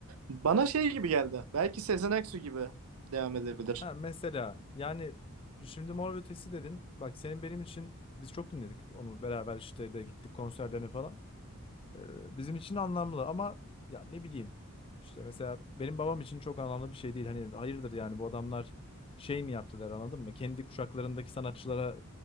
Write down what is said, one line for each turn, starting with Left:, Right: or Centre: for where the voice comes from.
Right: Bana şey gibi geldi. Belki Sezen Aksu gibi devam edebilir.
Left: Ha mesela yani şimdi Mor ve Ötesi dedin. Bak senin benim için biz çok dinledik onu beraber işte de gittik konserlerine falan. Ee, bizim için anlamlı ama ya ne bileyim. işte mesela benim babam için çok anlamlı bir şey değil. Hani hayırdır yani bu adamlar şey mi yaptı der anladın mı? Kendi kuşaklarındaki sanatçılara